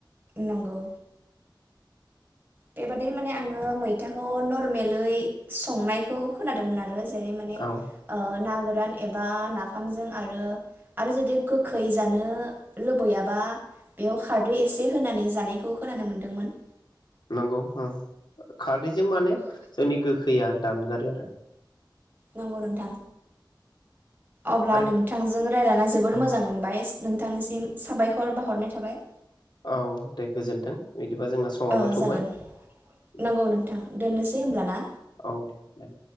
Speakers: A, on the right (about 25°); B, on the left (about 65°).
A: नंगौ। बेबादिनो माने आङो मैथाखौ नरमेलै संनायखौ खादोंमोन आरो। जेरै माने ओ
B: औ
A: ना गोरान एबा नाफामजों आरो आरो जुदि गोखै जानो लुबैयाबा बेयाव खारदै एसे होनानै जानायखौ खोनानो मोनदोंमोन।
B: नंगौ हा। खारदैजों माने जोंनि गोखैया दानगारो आरो।
A: नंगौ नोंथां। अब्ला
B: आरो
A: नोंथांजों रायज्लायना जोबोर
B: आरो
A: मोजां
B: औ
A: मोनबाय। बिथांनिसिम साबायखर बाहरनाय थाबाय।
B: औ दे गोजोनथों बिदिबा जोंना समावबो
A: ओ
B: थौबाय
A: जागोन
B: दे
A: नंगौ नोंथां दोननोसै होमब्ला ना
B: औ दे।